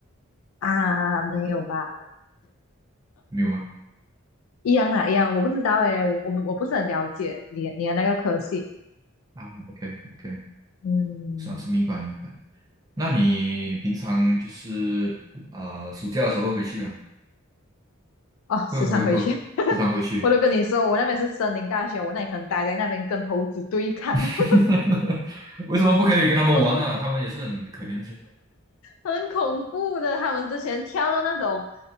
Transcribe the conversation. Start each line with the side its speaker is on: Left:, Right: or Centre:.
Left: 啊，没有吧？
Right: 没有吗？
Left: 一样啊，一样。我不知道诶，我我我不是很了解你你的那个科系。
Right: 啊，OK OK，
Left: 嗯，
Right: 是啊，是明白明白。那你平常就是呃，暑假的时候会回去了，
Left: 哦，
Right: 会会会
Left: 时常回去。
Right: 时常回去。
Left: 我都跟你说，我那边是森林大学，我那里可能待在那边跟猴子对抗，
Right: <laughs>
Left: <laughs>
Right: 为什么不可以跟他们玩呢、
Left: 我真的
Right: 他们也是很可怜的。
Left: 很恐怖的。他们之前跳到那种